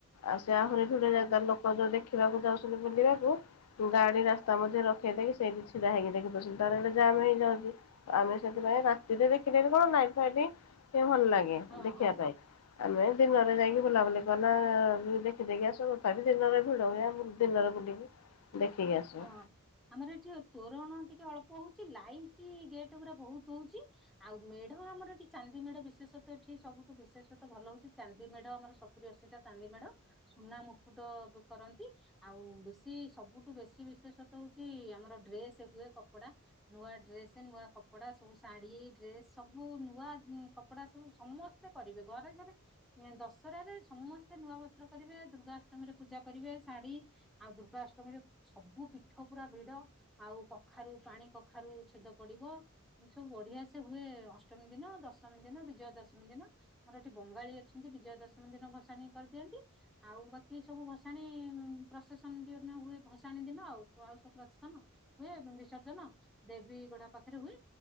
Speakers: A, on the left; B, in the centre.
A: ଆଉ ସେ ଆହୁରି ଫା ଜା
B: ହଁ
A: ଲୋ ତମକୁ ଦେଖିବାକୁ ଯାଉଛନ୍ତିୁ ବୁଲିବା ତୋ ଗାଡି ରାସ୍ତା ମଝେ ରଖେଇ ଦେଇକି ସେଇଠି ଛିଡା ହେଇକି ଦେଖି <unintelligible> ତାରଟ ଜାମ୍ ହେଇଯାଉଚି ଆମେ ସେଥିପାଇଁ ରାତିରେ ଦେଖି କଣ ନାଇଟ ଫାଇଟି ଉଁ ଭଲ ଲାଗେ
B: ହଁ
A: ଦେଖିବା
B: ହଁ।
A: ପାଇଁ। ଆମେ ଦିନରେ ଯାଇକି ବୁଲାବୁଲି କନା ଦେଖିଦେଇକି ଆସୁ ଥାପି ଦିନରେ ଭିଡ଼ ହୁଏ ଆମ ଦିନରେ ବୁଲିକି ଦେଖିକି ଆସୁ।
B: ହଁ ଆମର ଏଠି ତୋରଣ ଟିକେ ଅଳ୍ପ ହୋଉଚି ଲାଇଟ୍ ଗେଟ୍ ଗୁରା ବହୁତ ହୋଉଚି ଆଉ ମେଢ ଆମର ଏଠି ଚାନ୍ଦି ମେଢ ବିେଷତଃ ଏଠି ସବୁଠୁ ବିଶେଷତଃ ଭଲ ହୋଉଛି ଚାନ୍ଦି ମେଢ ଆମର ସ ରେସିଟା ଚାନ୍ଦି ମେଡ଼ ସୁନା ମୁକୁଟ ବି କରନ୍ତି ଆଉ ବେଶୀ ସବୁଠୁ ବେଶ ବିଶେଷତ ହୋଉଚି ଆମର ଡ୍ରେସ ହୁଏ କପଡା ନୂଆ ଡ୍ରେସ ନୂଆ କପଡା ସବୁ ଶାଢୀ ଡ୍ରେସ ସବୁ ନୂଆ ଉଁ କପଡା ସବୁ ସମସ୍ ତେ କରିବେ ଗରେ ଗରେ ନାଇଁ ଦଶହରାରେ ସମସ୍ତେ ନୂଆ ବସ୍ତ୍ର କରିବେ ଦୁର୍ଗାଷ୍ଟମୀ ରେ ପୂଜା କରିବେ ଶାଢ଼ୀ ଆଉ ଦୁର୍ଗା ଅଷ୍ଟମୀରେ ସବୁ ପିଠ ପୁରା ଭିଡ ଆଉ କଖାରୁ ପାଣି କଖାରୁ ଛେଦ ପଡିବ ସବୁ ବଢିଆ ସେ ହୁଏ ଅଷ୍ଟମୀ ଦିନ ଦଶମୀ ଦିନ ବିଜୟା ଦଶମୀ ଦିନ ମୋର ଏଠି ବଙ୍ଗାଳୀ ଅଛନ୍ତି ବିଜୟା ଦଶମୀ ଦିନ ଭଷାଣିିକ କରିଦିଅନ୍ତି ଆଉ ବାକି ସବୁ ଭସାଣି ଉମ୍‌ ପ୍ରଶେସନ ବି ହେଦିନ ହୁଏ ଭସାଣି ଦିନ ଆଉପ ଆଉ ସବୁ ପ୍ରଶନ ହୁଏ ଏବଂ ବିସର୍ଜନ ଦେବୀ ଗୋଡା ପାଖରେ ହୁଏ